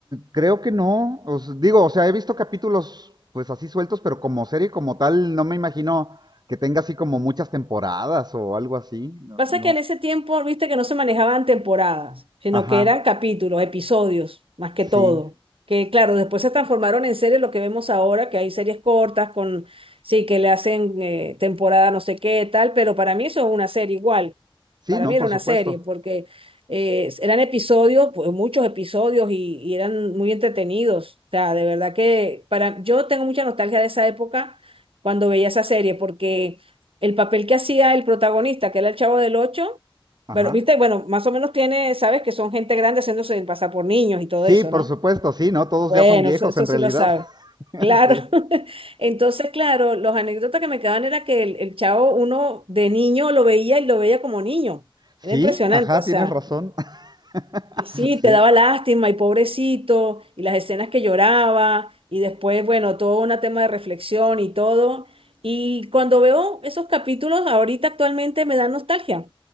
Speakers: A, on the right; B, on the right.
A: creo que no. Os digo, o sea, he visto capítulos pues así sueltos, pero como serie como tal, no me imagino que tenga así como muchas temporadas o algo así. No,
B: Pasa
A: no.
B: que en ese tiempo, viste que no se manejaban temporadas, sino
A: Ajá,
B: que eran capítulos, episodios, más que
A: sí.
B: todo. Que claro, después se transformaron en series lo que vemos ahora, que hay series cortas con, sí, que le hacen eh, temporada no sé qué, tal, pero para mí eso es una serie igual.
A: Sí,
B: Para
A: no,
B: mí
A: por
B: era una
A: supuesto.
B: serie, porque eh, eran episodios, pues, muchos episodios y, y eran muy entretenidos. O sea, de verdad que para, yo tengo mucha nostalgia de esa época cuando veía esa serie, porque el papel que hacía el protagonista, que era el Chavo del Ocho,
A: Ajá.
B: pero viste, bueno, más o menos tiene, sabes que son gente grande haciéndose pasar por niños y todo
A: Sí,
B: eso,
A: por
B: ¿no?
A: supuesto, sí, ¿no? Todos
B: Bueno,
A: ya son viejos
B: eso, eso
A: en
B: sí
A: realidad.
B: lo sabes.
A: <laughs>
B: Claro.
A: Sí.
B: <laughs> Entonces, claro, los anécdotas que me quedaban era que el, el chavo, uno de niño lo veía y lo veía como niño.
A: Sí,
B: Era impresionante,
A: ajá,
B: o sea.
A: tienes razón. <laughs>
B: Y sí, te
A: Sí.
B: daba lástima y pobrecito, y las escenas que lloraba, y después, bueno, todo un tema de reflexión y todo. Y cuando veo esos capítulos, ahorita actualmente me dan nostalgia.